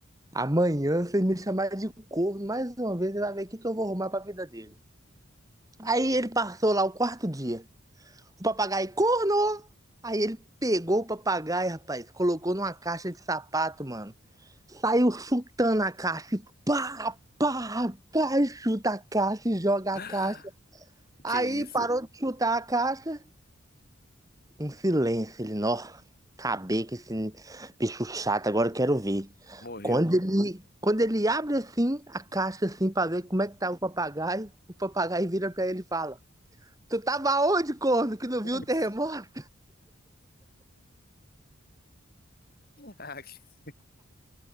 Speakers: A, on the right; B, on the left.
A: Amanhã, se ele me chamar de corno mais uma vez, ele vai ver o que que eu vou arrumar pra vida dele. Aí ele passou lá o quarto dia. O papagaio, corno! Aí ele pegou o papagaio, rapaz, colocou numa caixa de sapato, mano. Saiu chutando a caixa. e Pá, pá, pá, chuta a caixa e joga
B: <laughs>
A: a caixa. Aí
B: Que isso?
A: parou de chutar a caixa. Um silêncio, ele, nó, acabei com esse bicho chato, agora eu quero ver.
B: Morreu?
A: Quando ele, quando ele abre assim a caixa assim pra ver como é que tá o papagaio, o papagaio vira pra ele e fala: Tu tava onde, corno, que não
B: <laughs>
A: viu o terremoto?
B: Ah, que...